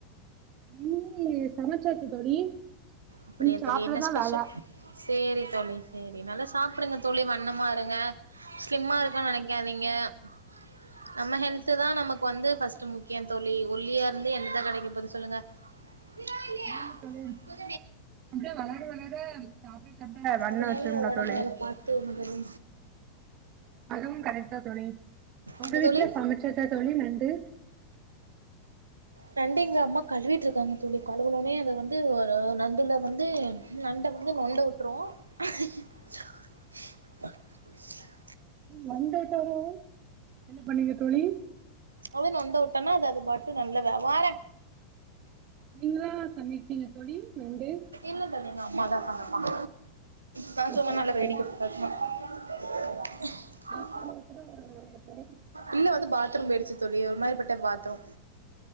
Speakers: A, on the right (about 35°); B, on the right (about 80°).
A: <unintelligible> சமச்சாச்சு தோழி.
B: அப்படியா
A: உம் சாப்பிடரதா
B: தோழி என்ன ஸ்பெஷல்
A: வேல.
B: சேரி தோழி சேரி நல்ல சாப்பிடுங்க தோழி வண்ணமா இருங்க ஸ்லிம்மா இருக்குனு நெனைக்காதீங்க. ஆஹ. <unintelligible> நம்ம ஹெல்த்துதா நமக்கு வந்து பஸ்ட் முக்கியம் தோழி ஒல்லியா இருந்து என்னந்தா கெடைக்க போது சொல்லுங்க. <unintelligible>
A: ஆமா தோழி அப்டியே வளர வளர சாப்பிட சாப்பிட வண்ண
B: அதனால
A: வச்சிருந்தா
B: ஒடம்ப
A: தோழி
B: நல்லா பாத்துக்கோங்க தோழி
A: அதுவு கரெக்ட்தா தோழி. உங்க
B: என்ன
A: வீட்டுல
B: தோழி
A: சமைச்சாச்சா தோழி நண்டு
B: நண்டு எங்க அம்மா கழுவிட்டுருக்காங்க தோழி கழவுணோனே அத வந்து ஒரு நண்டுல வந்து நண்ட வந்து நொண்ட விட்ருவோ <unintelligible> <unintelligible>
A: வந்துட்டரும் என்ன பண்ணீங்க தோழி
B: வந்த நண்ட விட்டோனா அது அது பாட்டு நல்ல வியா வார
A: நீங்களா சமைக்கீங்க தோழி நண்டு.
B: இல்ல தோழி அம்மாதா சமைப்பாங்க. நா
A: அப்படியா
B: சும்மா நல்லா
A: தோழி,
B: வேடிக்க <unintelligible>
A: <unintelligible>
B: இல்ல வந்து பாத்ரூம் போய்டுச்சு தோழி ஒரு மாரி பட்ட பாத்ரூம்